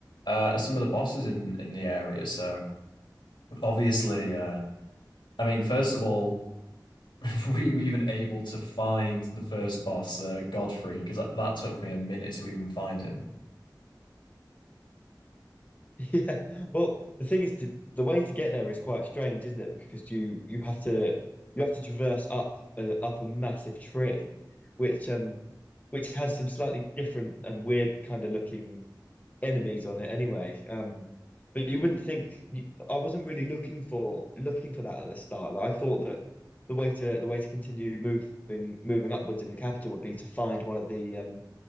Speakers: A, on the left; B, on the left.
A: uh, are some of the bosses in in the area. So obviously, uh, I mean, first of all. <laughs> were you even able to find the first boss, uh, Godfrey? Because that, that took me a minute to even find him.
B: Yeah. Well, the thing is to the way to get there is quite strange, isn't it? Because you you have to you have to traverse up a, up a massive tree, which um which has some slightly different and weird kind of looking enemies on it anyway. Um but you wouldn't think you, I wasn't really looking for looking for that at the start. Like, I thought that the way to the way to continue moving moving upwards in the capital would be to find one of the um